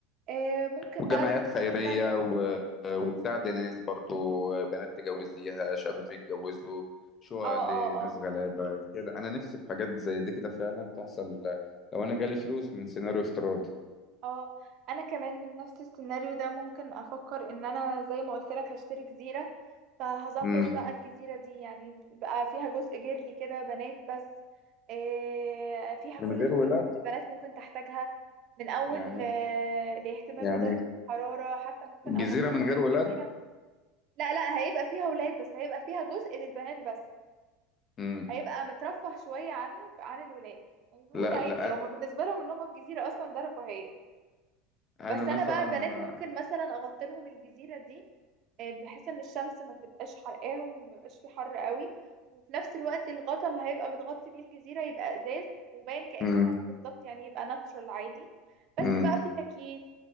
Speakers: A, on the right; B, on the left.
A: آه، ممكن
B: وجمعيات
A: بقى بالفلوس
B: خيرية
A: التانية
B: و... وتساعد ناس برضو بنات تجوزيها شباب يتجوزوا شقق
A: اه
B: لناس
A: اه اه
B: غلابة كده أنا نفسي في حاجات زي دي كده فعلا تحصل لو أنا جالي فلوس من سيناريو افتراضي
A: اه انا كمان من نفس السيناريو ده ممكن افكر ان انا زي ما قلت لك هشتري جزيرة فهظبط
B: مم.
A: بقى الجزيرة دي يعني بقى فيها جزء جيرلي كده بنات بس إيه فيها
B: من
A: كل
B: غير
A: الخدمات
B: ولاد
A: اللي البنات ممكن تحتاجها من اول
B: يعني
A: آه، الاهتمام
B: يعني
A: بدرجة الحرارة حتى ممكن
B: جزيرة
A: اغطي
B: من
A: لهم
B: غير
A: الجزيرة
B: ولاد
A: لا لا هيبقى فيها ولاد بس هيبقى فيها جزء للبنات بس
B: مم.
A: هيبقى مترفه شوية عنه عن الولاد يعني الولاد
B: لا
A: عادي
B: لا
A: هما بالنسبة لهم ان هما في جزيرة اصلا ده رفاهية
B: أنا
A: بس
B: مثلا
A: انا بقى البنات
B: مم.
A: ممكن مثلا اغطلهم الجزيره دي آه، بحيث ان الشمس ما تبقاش حرقاهم وما يبقاش في حر قوي وفي نفس الوقت الغطا اللي هيبقى متغطي بيه الجزيره يبقى ازاز وباين كانه
B: مم.
A: سما بالظبط يعني يبقى ناتشورال عادي بس
B: مم.
A: بقى في تكييف